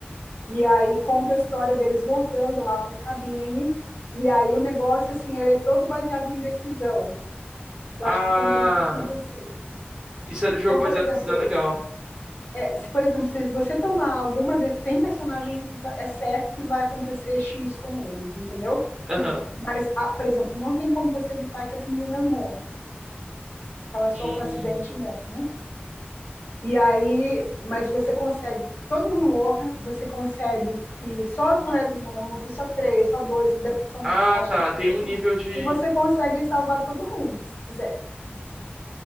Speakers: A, on the left (about 70°); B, on the right (about 20°).
A: E aí conta a história deles voltando lá para a cabine. E aí o negócio, assim, ele é todo baseado em decisão. Eu
B: Ah,
A: acho que combina muito com você.
B: isso é jogo
A: Então,
B: baseado
A: por exemplo,
B: em sinal legal.
A: é, se por exemplo, se você tomar alguma, de- tem personagem que vai- é certo que vai acontecer X com eles, entendeu?
B: Aham.
A: Mas, ah, por exemplo, não tem como você evitar que as meninas morram, que elas
B: Hum.
A: sofram acidente e morram, né? E aí, mas você consegue que todo mundo morra, você consegue que só as mulheres morram, que só três, só dois, de- são,
B: Ah,
A: acho
B: tá,
A: que são
B: tem
A: impressionantes.
B: um nível de.
A: E você consegue salvar todo mundo, se quiser,